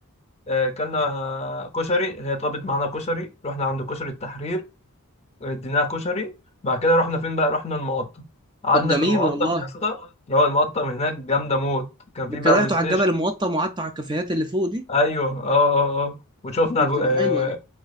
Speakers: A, on the left; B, on the right.
A: آه، كلنا كشري هي طلبت معانا كشري رحنا عند كشري التحرير اديناها كشري بعد كده رحنا فين بقى رحنا المقطم قعدنا
B: طب جميل
A: في المقطم
B: والله
A: يا اسطى اللي هو المقطم هناك جامده موت كان في
B: انت
A: بقى
B: طلعتوا
A: بلاي ستيشن
B: على الجبل المقطم وقعدتوا على الكافيهات اللي فوق دي
A: ايوه اه اه اه وشفنا
B: دي
A: الو...
B: بتبقى
A: آه
B: حلوه دي